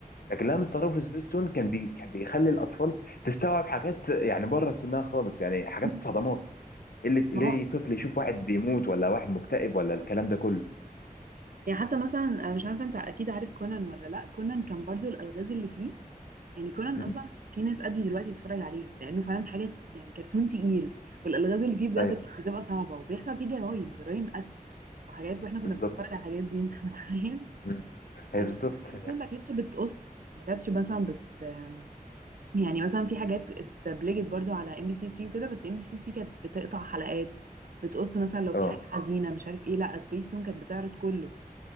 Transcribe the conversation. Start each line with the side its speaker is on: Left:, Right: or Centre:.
Left: لكن لما مستر في سبيستون كان بي كان بيخلي الاطفال تستوعب حاجات يعني بره سنها خالص يعني حاجات
Right: مم.
Left: صدمات اللي ليه
Right: ما هو
Left: طفل يشوف واحد بيموت ولا واحد مكتئب ولا الكلام ده كله
Right: يعني حتى مثلا انا مش عارفه انت اكيد عارف كونان ولا لا كونان كان برضو الالغاز اللي فيه يعني كونان
Left: مم.
Right: اصلا في ناس قدي دلوقتي بتتفرج عليه لانه فعلا حاجه ت- يعني كرتون تقيل والالغاز اللي فيه بجد
Left: ايوه
Right: كانت بتبقى صعبه وبيحصل فيه جرايم جرايم قتل وحاجات واحنا كنا
Left: بالظبط
Right: بنتفرج على الحاجات دي انت <laughs> متخيل
Left: مم. هي
Right: آه،
Left: بالظبط
Right: وسبيس تون ما كانتش بتقص ما كانتش مثلا بت آم، يعني مثلا في حاجات اتبلجت برضو على ام بي سي 3 وكده بس ام بي سي 3 كانت بتقطع حلقات بتقص مثلا لو
Left: اه
Right: في حاجه حزينه مش عارف ايه لا سبيس تون كانت بتعرض كله